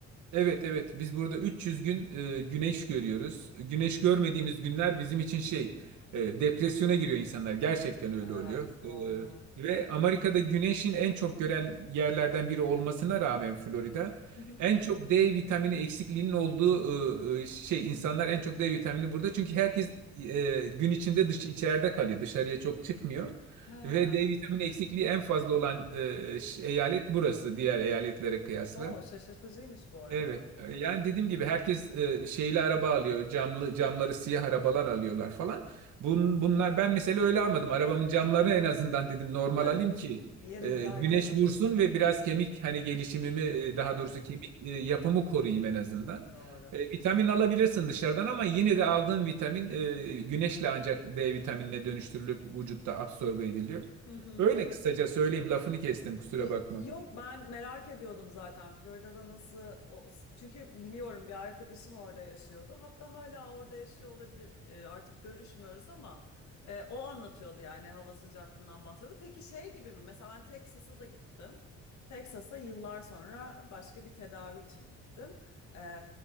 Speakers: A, on the right; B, on the left.
A: Evet evet biz burada 300 gün e, güneş görüyoruz. Güneş görmediğimiz günler bizim için şey e, depresyona giriyor insanlar. Gerçekten öyle
B: Evet
A: oluyor.
B: doğru.
A: E, ve Amerika'da güneşin en çok gören yerlerden biri olmasına rağmen Florida
B: Hı hı.
A: en çok D vitamini eksikliğinin olduğu e, e, şey insanlar en çok D vitamini burada. Çünkü herkes e, gün içinde dış içeride kalıyor. Dışarıya çok çıkmıyor.
B: Ha.
A: Ve D vitamini eksikliği en fazla olan e, ş- eyalet burası diğer eyaletlere kıyasla.
B: Oo şaşırtıcıymış bu arada.
A: Evet. E, Yani dediğim gibi herkes e, şeyli araba alıyor. Camlı camları siyah arabalar alıyorlar falan. Bun, bunlar ben mesela öyle almadım. Arabamın camlarını en azından dedim normal
B: Eh,
A: alayım ki
B: bir yere
A: e,
B: giderken
A: güneş
B: alayım.
A: vursun ve biraz kemik hani gelişimimi e, daha
B: Evet
A: doğrusu kemik e, yapımı koruyayım en azından.
B: doğru.
A: E, vitamin alabilirsin dışarıdan ama yine de aldığın vitamin e, güneşle ancak D vitaminine dönüştürülüp vücutta absorbe ediliyor.
B: Hı hı.
A: Öyle kısaca söyleyeyim. Lafını kestim kusura
B: Y-
A: bakma.
B: Yok ben merak ediyordum zaten Florida'da nasıl o, çünkü biliyorum bir arkadaşım orada yaşıyordu hatta hala orada yaşıyor olabilir E, artık görüşmüyoruz ama e, o anlatıyordu yani hava sıcaklığından bahsediyordu. Peki şey gibi mi mesela ben Texas'a da gittim Texas'a yıllar sonra başka bir tedavi için gittim E,